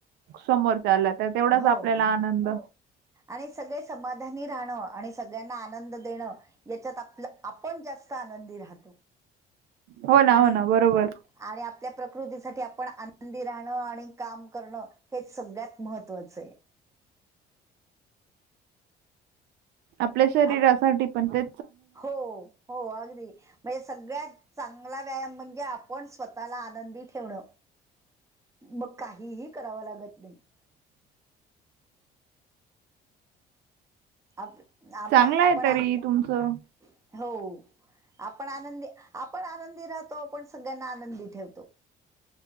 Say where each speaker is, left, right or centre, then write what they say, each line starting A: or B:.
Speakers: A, on the right (about 80°); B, on the right (about 20°).
A: समोर चाल्या, तर तेवढाच
B: हो
A: आपल्याला
B: हो.
A: आनंद
B: आणि सगळे समाधानी राहणं, आणि सगळ्यांना आनंद देणं याच्यात आपलं, आपण जास्त आनंदी राह
A: हो ना
B: आणि,
A: हो ना बरोबर
B: आणि आप आपल्या प्रकृतीसाठी आपण आनंदी राहणं, आणि काम करणं, हेच सगळ्यात महत्त्वाचं आहे
A: आपल्या शरीरासाठी
B: आप
A: पण ते
B: हो, हो अगदी म्हणजे सगळ्यात चांगला व्यायाम म्हणजे आपण स्वतःला आनंदी ठेवणं मग काहीही कराव लागत नाही आप आपल्या
A: चांगलं आहे
B: आपण
A: तरी
B: आप
A: तुमचं
B: हो आपण आनंदी आपण आनंदी राहतो आपण सगळ्यांना आनंदी ठेवतो